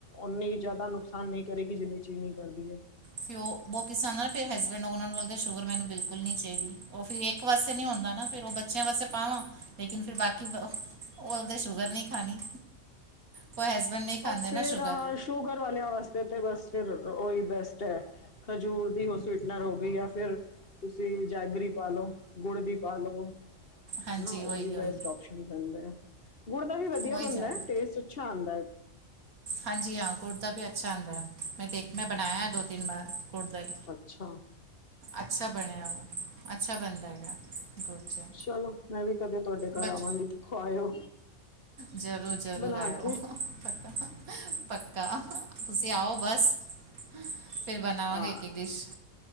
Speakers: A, on the left (about 40°); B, on the right (about 85°).
A: ਓਨੀ ਜਾਦਾ ਨੁਕਸਾਨ ਨਈ ਕਰੇਗੀ, ਜਿੰਨੀ ਚੀਨੀ ਕਰਦੀ ਐ।
B: ਫੇਰ ਓ, ਓ ਕਿਸ <unintelligible> ਫੇਰ ਹਸਬੈਂਡ ਓਨਾਂ ਨੂੰ ਲੱਗਦਾ ਸ਼ੂਗਰ ਮੈਨੂੰ ਬਿਲਕੁਲ ਨਈ ਚਾਈਦੀ, ਓ ਫੇਰ ਇੱਕ ਵਾਸਤੇ ਨਈ ਹੁੰਦਾ ਨਾ ਫਿਰ ਓ ਬੱਚਿਆਂ ਵਾਸਤੇ ਪਾਵਾਂ ਲੇਕਿਨ ਫਿਰ ਬਾਕੀ ਓਦੇ ਸ਼ੂਗਰ ਨਈ ਖਾਨੀ। ਕੋਈ ਹਸਬੈਂਡ ਨਈ ਖਾਂਦੇ
A: ਔਰ ਫਿਰ
B: ਨਾ ਸ਼ੂਗਰ।
A: ਆਹ ਸ਼ੂਗਰ ਵਾਲਿਆਂ ਵਾਸਤੇ ਤੇ ਬਸ ਫਿਰ ਓਈ ਬੈਸਟ ਐ। ਖਜੂਰ ਦੀ ਓ ਸਵੀਟਨਰ ਹੋ ਗੀ ਯਾ ਫਿਰ ਤੁਸੀਂ ਜੈਗਰੀ ਪਾ ਲੋ, ਗੁੜ ਦੀ ਪਾ ਲਵੋ।
B: ਹਾਂਜੀ
A: ਹਨਾ, ਓਈ
B: ਉਹੀ ਉਹੀ
A: ਬੈਸਟ ਓਪਸ਼ਨ ਰਹਿੰਦਾ ਐ। ਗੁੜ ਦਾ ਵੀ ਵਧੀਆ
B: ਉਹੀ
A: ਬਨਦਾ
B: ਜ਼ਿਆਦਾ
A: ਐ, ਟੇਸਟ ਅੱਛਾ ਆਂਦਾ ਐ।
B: ਹਾਂਜੀ ਹਾਂ ਗੁੜ ਦਾ ਵੀ ਅੱਛਾ ਆਂਦਾ ਐ, ਮੈਂ ਦੇਖ, ਮੈਂ ਬਨਾਇਆ ਦੋ-ਤਿੰਨ ਵਾਰ ਗੁੜ ਦਾ ਈ।
A: ਅੱਛਾ।
B: ਅੱਛਾ ਬਣਿਆ ਓ, ਅੱਛਾ ਬਨਦਾ ਹੈਗਾ। ਗੁੜ ਚ
A: ਚਲੋ, ਮੈਂ ਵੀ ਕਦੇ ਤੁਹਾਡੇ ਘਰ
B: ਬਚ
A: ਆਵਾਂਗੀ। ਖਵਾਇਓ
B: ਜ਼ਰੂਰ, ਜ਼ਰੂਰ
A: ਬਣਾ
B: ਆਇਓ,
A: ਕੇ
B: ਪੱਕਾ। ਪੱਕਾ, ਤੁਸੀਂ ਆਓ ਬਸ। ਫਿਰ ਬਨਾਵਾਂਗੇ
A: ਹਾਂ
B: ਇੱਕ-ਇੱਕ ਡਿਸ਼,